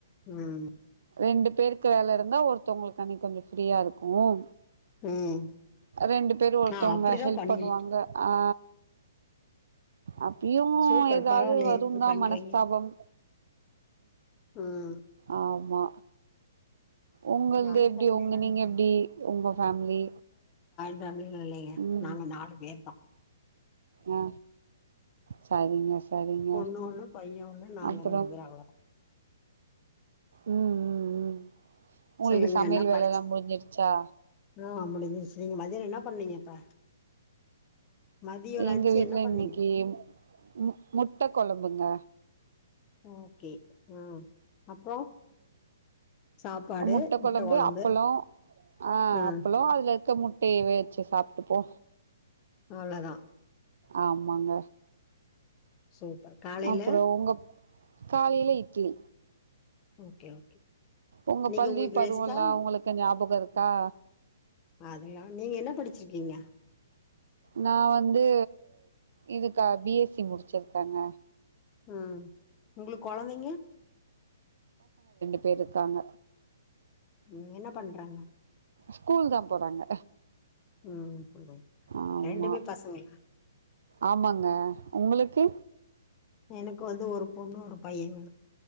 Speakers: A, on the left; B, on the right.
A: ம்
B: ரெண்டு பேருக்கு வேலை இருந்தா ஒருத்தவங்களுக்கு அன்னிக்கு கொஞ்சம் ஃப்ரீயா இருக்கும்
A: ம்
B: ரெண்டு பேரும் ஒருத்தவங்க
A: ஆ அப்படிதா
B: ஹெல்ப்
A: பண்ணுவீங்க
B: பண்ணுவாங்க ஆ அப்பயும்
A: சூப்பர்
B: ஏதாவது
A: பரவாயில்லயே
B: வரும்
A: இப்டி
B: தான்
A: பண்றீங்க
B: மனஸ்தாபம்
A: ம்
B: ஆமா உங்கள்து
A: ஜாயின்
B: எப்படி
A: ஃபேமிலினால
B: உங்க நீங்க
A: இப்டிதா
B: எப்படி உங்க ஃபேமிலி
A: ஃபேமிலி லா இல்லைங்க
B: ம்
A: நாங்க நாலு பேர்தா
B: ஆ சரிங்க சரிங்க
A: பொண்ணு ஒண்ணு பைய ஒண்ணு நாங்க
B: அப்புறம்
A: ரெண்டு பேரு அவ்ளோதா
B: ம் ம் ம் உங்களுக்கு
A: சொல்லுங்க
B: சமையல்
A: என்ன
B: வேலை
A: படிச்சு
B: எல்லாம் முடிஞ்சிருச்சா
A: ஆ முடிஞ்சிருச்சி மதியம் என்ன பண்ணீங்க இப்ப மதியோ லன்ச்சு
B: எங்க வீட்ல
A: என்ன பண்ணீங்க
B: இன்னைக்கு மு முட்ட கொழம்புங்க
A: ஓகே ஆ அப்றோ சாப்பாடு
B: முட்டை
A: முட்ட
B: குழம்பு
A: கொழம்பு
B: அப்பள ஆ
A: ம்
B: அப்பள அதுல பக்க முட்டைய வேவச்சு சாப்ட்டு போ
A: அவ்ளதா
B: ஆமாங்க
A: சூப்பர் காலையில
B: அப்புறோ உங்க காலையில இட்லி
A: ஓகே ஓகே
B: உங்க
A: இன்னைக்கு
B: பள்ளி
A: உங்களுக்கு
B: பருவல்லா
A: ரெஸ்ட்டா
B: உங்களுக்கு ஞாபக இருக்கா
A: அதெல்லா நீங்க என்ன படிச்சிருக்கீங்க
B: நா வந்து இதுக்க பிஎஸ்சி முடிச்சிருக்கங்க
A: ம் உங்களுக்கு குழந்தைங்க
B: பே இருக்காங்க
A: ம் என்ன பண்றாங்க
B: ஸ்கூல் தான் போறாங்க
A: ம்
B: ஆமா
A: ரெண்டுமே பசங்களா
B: ஆமாங்க உங்களுக்கு
A: எனக்கு வந்து ஒரு பொண்ணு ஒரு பைய <inaudible>